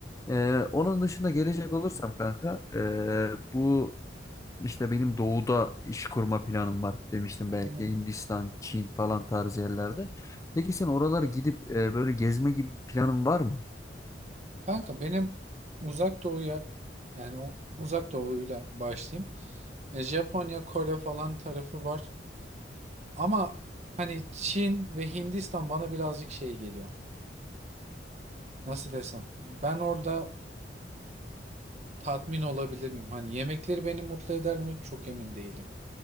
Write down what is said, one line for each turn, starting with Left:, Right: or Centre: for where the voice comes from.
Left: Ee, onun dışında gelecek olursam kanka ee, bu işte benim doğuda iş kurma planım var demiştim belki
Right: Hı.
Left: Hindistan, Çin falan tarzı yerlerde. Peki sen oralara gidip ee, böyle gezme gibi bir planın var mı?
Right: Kanka benim uzak doğuya yani o uzak doğuyla başlayayım. E, Japonya, Kore falan tarafı var. Ama hani Çin ve Hindistan bana birazcık şey geliyor. Nasıl desem? Ben orada tatmin olabilir miyim? Hani yemekleri beni mutlu eder mi? Çok emin değilim.